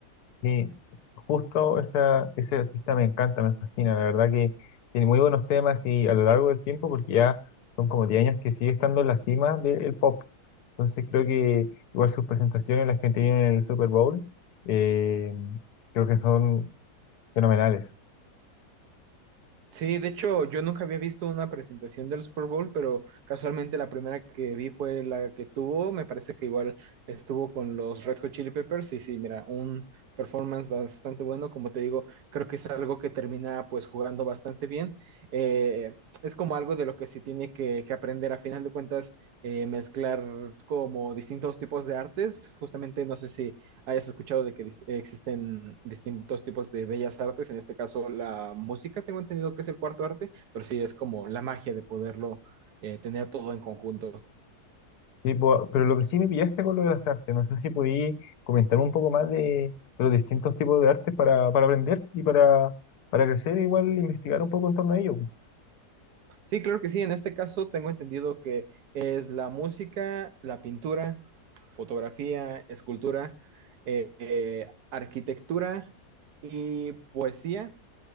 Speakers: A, on the left; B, on the right.
A: Sí, justo esa, ese artista me encanta, me fascina, la verdad que tiene muy buenos temas y a lo largo del tiempo, porque ya son como 10 años que sigue estando en la cima del pop. Entonces creo que igual sus presentaciones, las que han tenido en el Super Bowl, eh, creo que son fenomenales.
B: Sí, de hecho, yo nunca había visto una presentación del Super Bowl, pero casualmente la primera que vi fue la que tuvo, me parece que igual estuvo con los Red Hot Chili Peppers y sí, mira, un performance bastante bueno, como te digo, creo que es algo que termina pues jugando bastante bien. Eh, es como algo de lo que se tiene que, que aprender a final de cuentas, eh, mezclar como distintos tipos de artes, justamente no sé si hayas escuchado de que dis- existen distintos tipos de bellas artes, en este caso la música, tengo entendido que es el cuarto arte, pero sí es como la magia de poderlo eh, tener todo en conjunto.
A: Sí, po- pero lo que sí me pillaste con lo de las artes, no sé si podí comentar un poco más de, de los distintos tipos de artes para, para aprender y para, para crecer, igual investigar un poco en torno a ello.
B: Sí, claro que sí, en este caso tengo entendido que es la música, la pintura, fotografía, escultura, eh, eh, arquitectura y poesía.